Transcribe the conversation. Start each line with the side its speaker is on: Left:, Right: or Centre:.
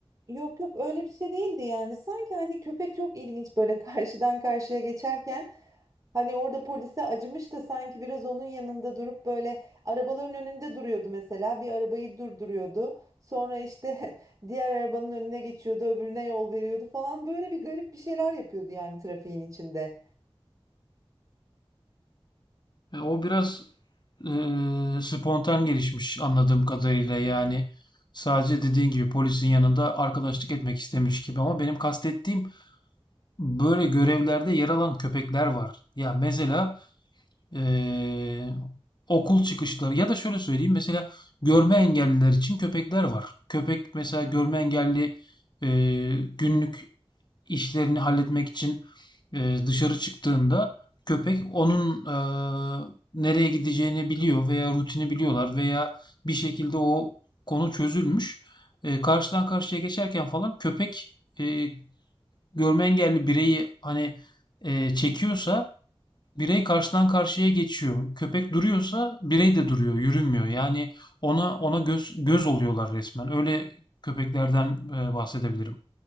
Right: Yok yok öyle bir şey değildi yani. Sanki hani köpek çok ilginç böyle <laughs> karşıdan karşıya geçerken hani orada polise acımış da sanki biraz onun yanında durup böyle arabaların önünde duruyordu mesela. Bir arabayı durduruyordu. Sonra işte <laughs> diğer arabanın önüne geçiyordu, öbürüne yol veriyordu falan böyle bir garip bir şeyler yapıyordu yani trafiğin içinde.
Left: E, o biraz e, spontan gelişmiş anladığım kadarıyla yani sadece dediğin gibi polisin yanında arkadaşlık etmek istemiş gibi ama benim kastettiğim böyle görevlerde yer alan köpekler var. Ya mesela eee, okul çıkışları ya da şöyle söyleyeyim mesela görme engelliler için köpekler var. Köpek mesela görme engelli eee, günlük işlerini halletmek için eee, dışarı çıktığında köpek onun eee, nereye gideceğini biliyor veya rutini biliyorlar veya bir şekilde o konu çözülmüş. Eee, karşıdan karşıya geçerken falan köpek eee görme engelli bireyi hani e, çekiyorsa birey karşıdan karşıya geçiyor. Köpek duruyorsa birey de duruyor, yürümüyor. Yani ona ona göz göz oluyorlar resmen. Öyle köpeklerden e, bahsedebilirim.